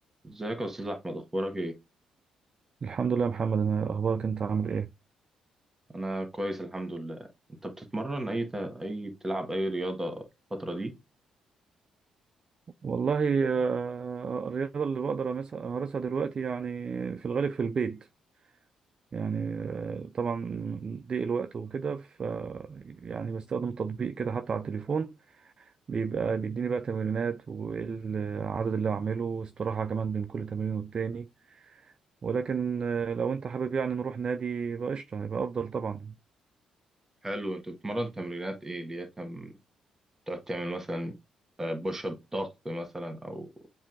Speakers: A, on the right; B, on the right.
A: ازيك يا استاذ احمد اخبارك ايه
B: الحمد لله يا محمد انا اخبارك انت عامل ايه
A: انا كويس الحمد لله انت بتتمرن اي ت... اي بتلعب اي رياضه الفتره دي
B: والله آه، الرياضه اللي بقدر أمس- امارسها دلوقتي يعني في الغالب في البيت يعني آه، طبعا ضيق الوقت وكده ف يعني بستخدم تطبيق كده حتى على التليفون بيبقى بيديني بقى تمرينات وايه العدد اللي هعمله واستراحه كمان بين كل تمرين والتاني ولكن آه، لو انت حابب يعني نروح نادي يبقى قشطه يبقى افضل طبعا
A: حلو انت بتتمرن تمرينات ايه اللي هي تم... تقعد تعمل مثلا بوش اب ضغط مثلا او